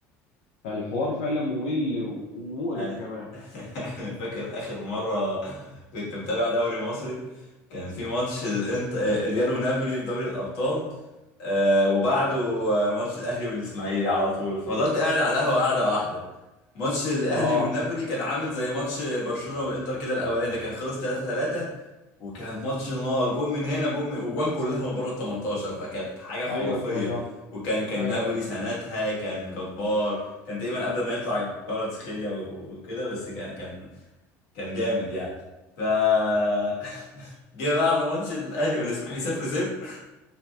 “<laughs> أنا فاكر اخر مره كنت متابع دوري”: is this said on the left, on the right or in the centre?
Left